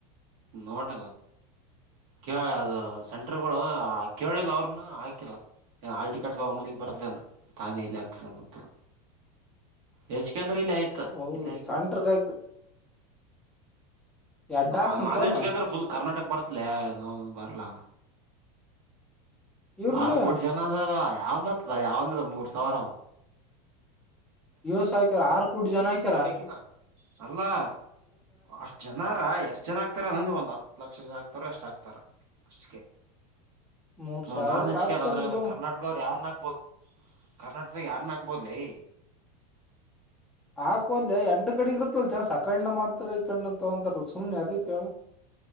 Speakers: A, on the right; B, in the centre.
A: ನೋಡ ಕೆಳ ಅದು ಸೆಂಟರ್ಗಳು ಕೇಳಿಲ್ಲ ಅವ್ರನ್ನ ಹಾಕಿಲ್ಲ ಹಾಲ್ ಟಿಕಟ್ ಒಮ್ಮೆಲೆ ಬರ್ತ ತಾನೇ ಇಲ್ಲಿ ಆಗ್ತದತ್ರ ಹೆಚ್ ಕೇ ಅಂದ್ರೆ ಇ ಇಲ್ಲಾಯಿತ
B: ಹೌದು
A: ಇಲ್ಲಾಯ ಹಾಕ್ಬಿಡು
B: ಸೆಂಟ್ರಗ್ ಹಾಕ ಎಡ್ಡ
A: ನಾ
B: ಹಾಕ್ತನ್ಪನ
A: ನಾನ ಹೆಚ್ ಜಿ ಕೆ ಅಂದ್ರೆ ಫುಲ್ ಕರ್ನಾಟಕ ಬರ್ತ್ಲ ಬರ್ಲಾ
B: ಇರ್ಲಿ
A: ಆರು ಕೋಟಿ ಜನದಾಗ ಯಾವ ಬರ್ತದ ಯಾವಂದ್ರ ಮೂರ್ ಸಾವಿರಾ
B: ಯೋಸ ಹಾಕಾರ ಆರು ಕೋಟಿ ಜನ ಹಾಕಾರ್
A: ಹಾಕಿನ ಅಲ್ಲಾ ಅಷ್ಟ್ ಜನಾ ಆರ ಎಷ್ಟ ಜನ ಹಾಕತ್ತಾರಾ ಅಂದ ಒಂದ್ ಹತ್ತು ಲಕ್ಷ ಜನ ಹಾಕತ್ತಾರ ಎಷ್ಟ ಆಕ್ತಾರ ಅಷ್ಟಕ್ಕೆ
B: ಮೂರ್
A: ಮ
B: ಸಾವಿರಕ್
A: ನಾನ್ ಹೆಜಿಕೆ
B: ಹಾಕ್ತಾರ
A: ಅದು ಅದ್ರದ್ರೆ
B: ಬಿಡು
A: ಕರ್ನಾಟಕದವ್ರರು ಯಾರನ್ನ ಹಾಕ್ಬೋದು ಕರ್ನಾಟ ಅದು ಯಾರನ್ನ ಹಕ್ಬೋದ್ಲೇ
B: ಹಾಕಬಹುದ ಲೇ ಎಡ್ ಕಡೆಗ ಇರುತ್ತಲ್ ಚಾನ್ಸ ಅಕಾಡನು ಮಾಡ್ತಾರ ಈ ಕಡೆ ತಗೋತಾರ ಸುಮ್ನೆ ಅದಕ್ಕೆ ಕೇಳ